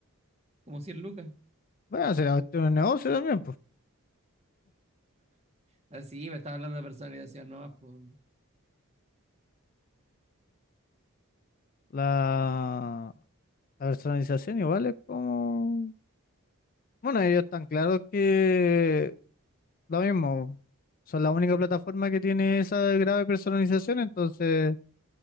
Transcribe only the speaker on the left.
Bueno, será cuestión de negocio también, pues.
La La personalización igual es como... Bueno, ellos tan claro que lo mismo, son la única plataforma que tiene esa grave personalización, entonces